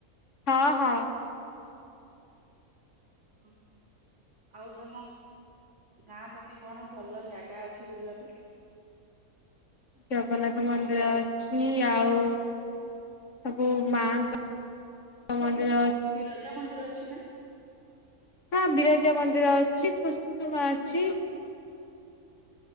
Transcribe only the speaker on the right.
ହ ହୋ। ଆଉ ତମ ଗାଁ ପଟେ କଣ ଭଲ ଜାଗା ଅଛି ବୁଲିବା ପାଇଁ।
ବିରଜା ମନ୍ଦିର ଅଛି ନା?